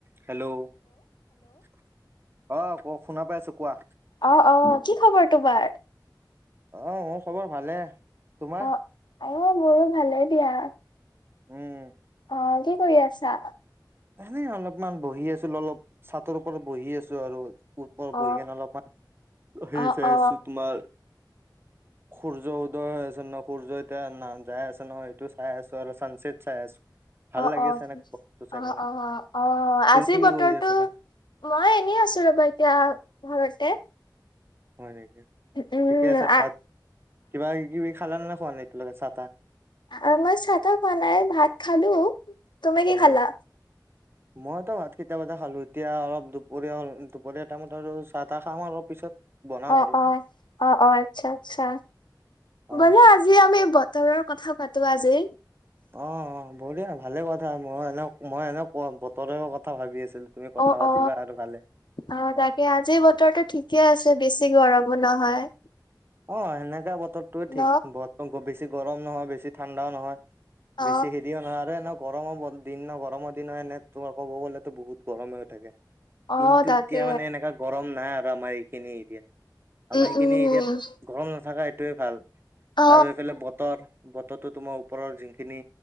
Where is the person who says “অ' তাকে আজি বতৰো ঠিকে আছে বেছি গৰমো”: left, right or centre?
Left